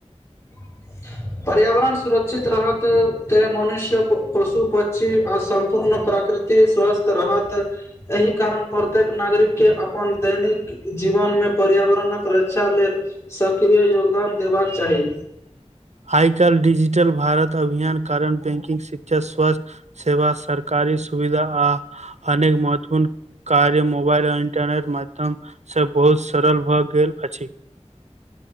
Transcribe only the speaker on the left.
ह। पर्यावरण सुरक्षित रहत त मनुष्य पशु प्षी आ सम्पूर्ण प्रकृतिक स्वस्थ रहत एहि कारण प्रत्येक नागरिक के अपन दैनिक जीवन मे पर्यावरणक रक्षा लेल सक्रिय योगदान देबाक चाही।